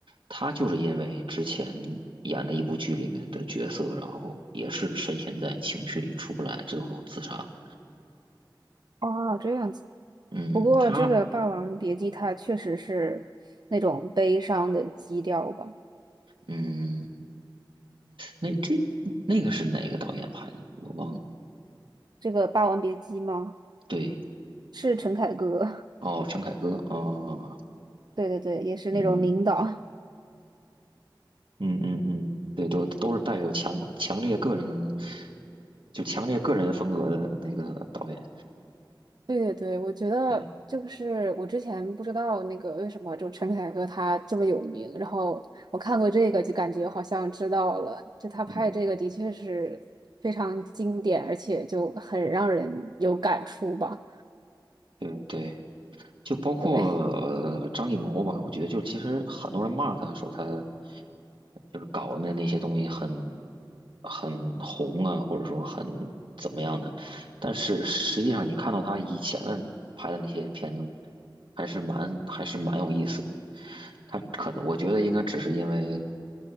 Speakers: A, on the right; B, on the right.
A: 他就是因为之前演的一部剧里面的角色，然后也是深陷在情绪里出不来之后自杀了。
B: 哦，这样子。
A: 嗯，
B: 不过这个《霸王别姬》它确实是那种悲伤的基调吧？
A: 他嗯，那这那个是哪个导演拍的？我忘了。
B: 这个《霸王别姬》吗？
A: 对，
B: 是陈凯歌。
A: 哦，陈凯歌哦，
B: 对对对，也是那种领导。
A: 嗯
B: <laughs>
A: 嗯嗯嗯，对，都都是带有强强烈个人，就强烈个人风格的那个导演。
B: 对对对，我觉得就是我之前不知道那个为什么就陈凯歌他这么有名，
A: 对，
B: 然后我看过这个就感觉好像知道了，就他拍的这个的确是非常经典，
A: 嗯，
B: 而且就很让人有感触吧。
A: 对对。就包括呃张艺谋吧，
B: 对，
A: 我觉得就其实很多人骂他说他就是搞的那些东西很很红啊，或者说很怎么样的，但是实际上你看到他以前的拍的那些片子，还是蛮还是蛮有意思的。他可能我觉得应该只是因为